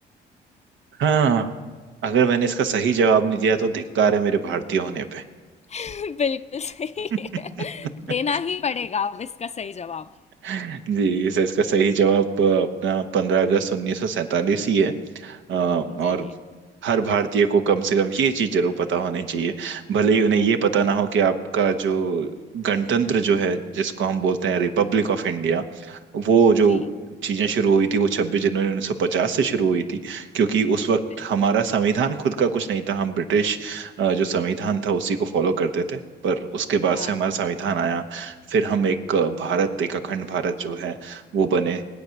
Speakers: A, on the right (about 75°); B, on the left (about 35°).
A: हाँ अगर मैंने इसका सही जवाब नहीं दिया तो धिक्कार है मेरे भारतीय होने
B: <laughs> बिल्कुल सही
A: पे <laughs>
B: देना ही पड़ेगा अब इसका सही जवाब
A: जी सर इसका सही जवाब अ, अपना पंद्रह अगस्त उन्नीस सौ सैंतालीस ही है अ, और
B: जी
A: हर भारतीय को कम से कम ये चीज जरूर पता होनी चाहिए भले ही उन्हें ये पता ना हो कि आपका जो गणतंत्र जो है जिसको हम बोलते हैं रिपब्लिक ऑफ इंडिया वो जो
B: जी
A: चीजें शुरू हुई थी वो छब्बीस जनवरी उन्नीस सौ पचास से शुरू हुई थी क्योंकि उस
B: बिल-
A: वक्त हमारा संविधान खुद का कुछ नहीं था हम ब्रिटिश अ, जो संविधान था उसी को फॉलो करते थे पर उसके बाद
B: हाँ
A: से हमारा संविधान आया फिर हम एक भारत एक अखंड भारत जो है वो बने